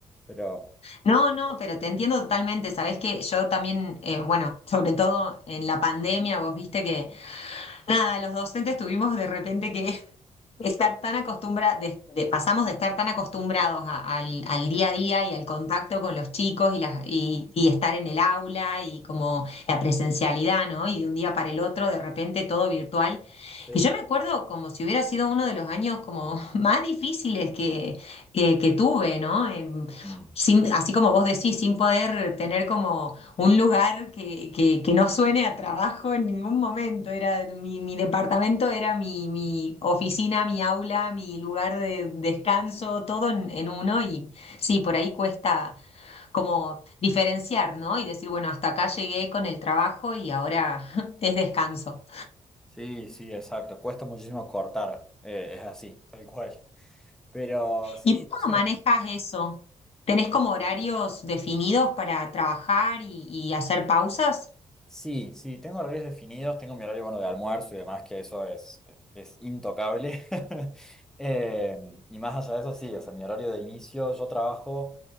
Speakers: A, in the centre; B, on the left.
A: pero...
B: No, no, pero te entiendo totalmente. Sabés que yo también, eh, bueno, sobre todo en la pandemia, vos viste que, nada, los docentes tuvimos de repente que Estar tan acostumbra, pasamos de estar tan acostumbrados a- al, al día a día y al contacto con los chicos y, las- y, y estar en el aula y como la presencialidad, ¿no? Y de un día para el otro, de repente todo virtual.
A: Sí.
B: Y yo me acuerdo como si hubiera sido uno de los años como <laughs> más difíciles que, que, que tuve, ¿no? Em,
A: Mm.
B: sin- así como vos decís, sin poder tener como un lugar que, que, que no suene a trabajo en ningún momento. Era mi, mi departamento era mi, mi oficina, mi aula, mi lugar de descanso, todo en, en uno. Y sí, por ahí cuesta como diferenciar, ¿no? Y decir, bueno, hasta acá llegué con el trabajo y ahora <laughs> es descanso.
A: Sí, sí, exacto, cuesta muchísimo cortar, eh, es así, tal cual. Pero sí,
B: ¿Y vos
A: no
B: cómo
A: sé.
B: manejas eso? ¿Tenés como horarios definidos para trabajar y, y hacer pausas?
A: Sí, sí, tengo horarios definidos, tengo mi horario bueno de almuerzo y demás, que eso es, es intocable. <laughs> Eh, y más allá de eso, sí, o sea, mi horario de inicio, yo trabajo